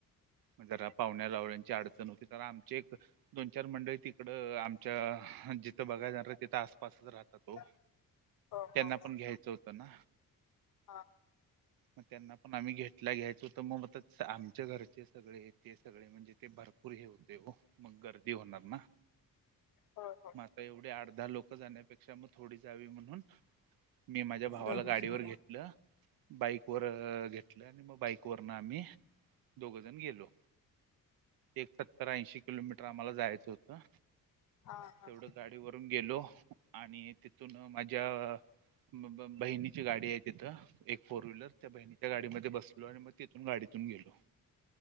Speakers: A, on the right (about 80°); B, on the left (about 65°).
A: म जरा पाहुण्या रावळ्यांची अडचण होती तर आमची एक दोन चार मंडळी तिकडं आमच्या, जिथं बघायला जाणार आहे तिथं आसपासच राहतात ओ
B: <inaudible>
A: त्यांना
B: हो
A: पण घ्यायचं होतं ना.
B: हा
A: मग त्यांना पण आम्ही घेतलं घ्यायचं होतं मग आमच्या घरचे सगळे. ते सगळे म्हणजे ते भर पूर हे होते हो. मग गर्दी होणार ना.
B: हो हो
A: म आता एवढी आठ-दहा लोकं जाण्यापेक्षा, मग थोडी जावी म्हणून मी माझ्या भावाला
B: दोघेच
A: गाडीवर
B: गेला
A: घेतलं बाईक वर घेतलं. आणि मग बाईक वरनं आम्ही दोघ जण गेलो. एक सत्तर ऐंशी किलोमीटर आम्हाला जायचं होतं.
B: हा हा
A: तेवढं गाडी डी वरुन गेलो. आणि तिथून माझ्या ब ब बहिणीची गाडी हाय तिथं. एक फोर व्हीलर. त्या बहिणीच्या गाडीमध्ये बसलो आणि मग तिथून गाडीतून गेलो.